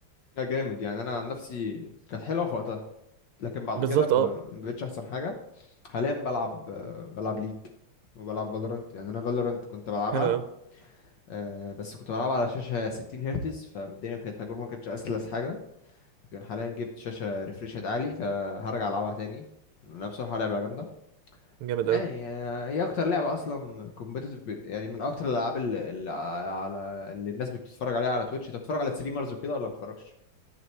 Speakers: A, on the left; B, on the right.
A: لا جامد يعني انا عن نفسي كانت حلوه في وقتها لكن بعد
B: بالظبط
A: كده ما
B: اه
A: ما بقتش احسن حاجه حاليا بلعب آه، بلعب ليج وبلعب فالورنت يعني انا فالورنت كنت بلعبها
B: حلو قوي
A: آه، بس كنت بلعبها على شاشه 60 هرتز فالدنيا كانت التجربه ما كانتش اسلس حاجه لكن حاليا جبت شاشة ريفريشات عالي فهرجع ألعبها تاني أنا بصراحة لعبة جامدة
B: جامد
A: يعني
B: قوي
A: آه، هي أكتر لعبة أصلا كومبيتيتيف يعني من أكتر الألعاب اللي, اللي على اللي الناس بتتفرج عليها على تويتش أنت بتتفرج على ستريمرز وكده ولا ما بتتفرجش؟